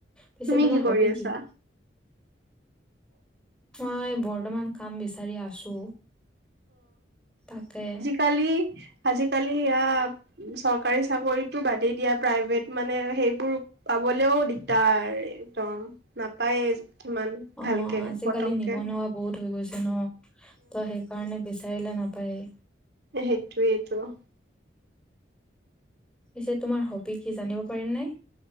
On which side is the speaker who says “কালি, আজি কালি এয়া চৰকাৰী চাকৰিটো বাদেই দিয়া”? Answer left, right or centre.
Right